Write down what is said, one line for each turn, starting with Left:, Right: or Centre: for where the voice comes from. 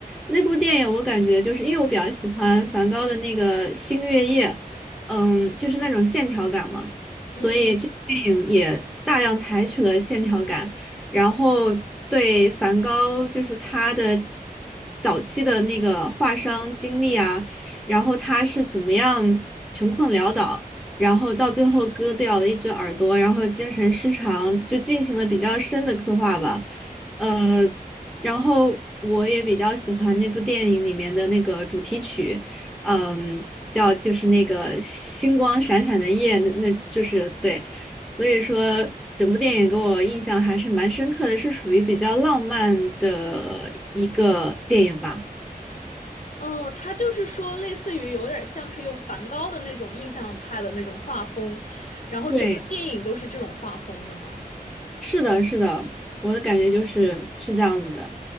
Centre: 那部电影我感觉就是因为我比较喜欢梵高的那个《星月夜》，嗯，就是那种线条感嘛，所以这部电影也大量采取了线条感，
Left: 嗯，
Centre: 然后对梵高就是他的早期的那个画商经历啊，然后他是怎么样穷困潦倒，然后到最后割掉了一只耳朵，然后精神失常，就进行了比较深的刻画吧。呃。然后我也比较喜欢那部电影里面的那个主题曲，嗯，叫就是那个星光闪闪的夜，那那就是对，所以说整部电影给我印象还是蛮深刻的，是属于比较浪漫的一个电影吧。
Left: 哦，他就是说，类似于有点像是用梵高的那种印象派的那种画风，然后整个电影都是这种画风的吗？
Centre: 对，是的，是的，我的感觉就是是这样子的。